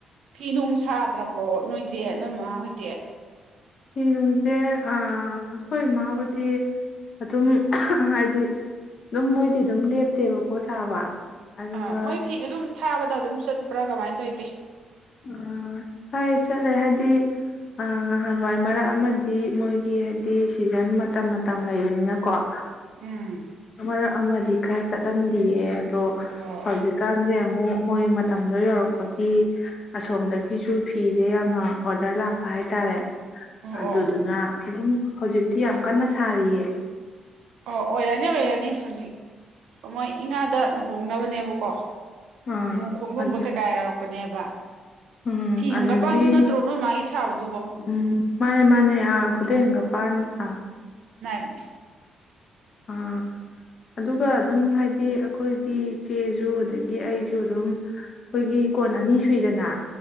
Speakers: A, on the right; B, on the left.
A: ꯐꯤ ꯅꯨꯡ ꯁꯥꯗ꯭ꯔꯕꯣ ꯅꯣꯏꯗꯤ ꯅꯪꯃ ꯍꯣꯏꯗꯤ
B: ꯐꯤ ꯅꯨꯡꯁꯦ ꯑꯩꯈꯣꯏ ꯏꯃꯥꯕꯨꯗꯤ ꯑꯗꯨꯝ ꯍꯥꯏꯗꯤ ꯑꯗꯨꯝ ꯃꯣꯏꯗꯤ ꯑꯗꯨꯝ ꯂꯦꯞꯇꯦꯕꯀꯣ ꯁꯥꯕ ꯑꯗꯨꯒ
A: ꯑꯥ ꯃꯣꯏ ꯐꯤꯗꯨ ꯑꯗꯨꯝ ꯊꯥꯕꯗ ꯑꯗꯨꯝ ꯆꯠ ꯄ꯭ꯔꯒꯃꯥꯏ ꯇꯣꯏ
B: ꯑꯣ ꯐꯩ ꯆꯠꯂꯦ ꯍꯥꯏꯗꯤ ꯑ ꯅꯍꯥꯟꯋꯥꯏ ꯃꯔꯛ ꯑꯃꯗꯤ ꯃꯣꯏꯒꯤ ꯍꯥꯏꯗꯤ ꯁꯤꯖꯟ ꯃꯇꯝ ꯃꯇꯝ ꯂꯩꯕꯅꯤꯅꯀꯣ ꯑ
A: ꯎꯝ
B: ꯑꯃꯔꯥꯛ ꯑꯃꯗꯤ ꯈꯔ ꯆꯠꯂꯝꯗꯌꯦ ꯑꯗꯣ
A: ꯑꯣ
B: ꯍꯧꯖꯤꯛꯀꯥꯟꯁꯦ ꯑꯃꯨꯛ ꯃꯣꯏ ꯃꯇꯝꯗꯣ ꯌꯧꯔꯛꯄꯒꯤ ꯑꯁꯣꯝꯗꯒꯤꯁꯨ ꯐꯤꯁꯦ ꯌꯥꯝꯅ ꯑꯣꯔꯗꯔ ꯂꯥꯛꯄ ꯍꯥꯏꯇꯥꯔꯦ
A: ꯑꯣ
B: ꯑꯗꯨꯗꯨꯅ
A: ꯑꯣ
B: ꯑꯗꯨꯝ ꯍꯧꯖꯤꯛꯇꯤ ꯌꯥꯝ ꯀꯟꯅ ꯁꯥꯔꯤꯌꯦ
A: ꯑꯣ ꯑꯣꯏꯔꯅꯤ ꯑꯣꯏꯔꯅꯤ ꯍꯧꯖꯤꯛ ꯃꯣꯏ ꯏꯉꯥꯗ ꯂꯨꯍꯣꯡꯅꯕꯅꯦꯕꯀꯣ
B: ꯑꯥ
A: ꯂꯨ ꯈꯣꯡꯒꯨꯝꯕ
B: ꯑꯗꯨ
A: ꯀꯩꯀꯥ ꯌꯥꯎꯔꯛꯄꯅꯦꯕ
B: ꯎꯝ
A: ꯐꯤ
B: ꯑꯗꯒꯤ
A: ꯍꯪꯒꯄꯥꯟꯗꯨ ꯅꯠꯇ꯭ꯔꯣ ꯅꯣꯏ ꯃꯥꯒꯤ ꯁꯥꯕꯗ
B: ꯎꯝ ꯃꯥꯅꯦ ꯃꯥꯅꯦ ꯑ ꯈꯨꯗ ꯍꯪꯒꯄꯥꯟ ꯑꯥ
A: ꯅꯦ
B: ꯑꯥ ꯑꯗꯨꯒ ꯑꯗꯨꯝ ꯍꯥꯏꯗꯤ ꯑꯩꯈꯣꯏꯒꯤ ꯏꯆꯦꯁꯨ ꯑꯗꯒꯤ ꯑꯩꯁꯨ ꯑꯗꯨꯝ ꯑꯩꯈꯣꯏꯒꯤ ꯀꯣꯟ ꯑꯅꯤ ꯁꯨꯏꯗꯅ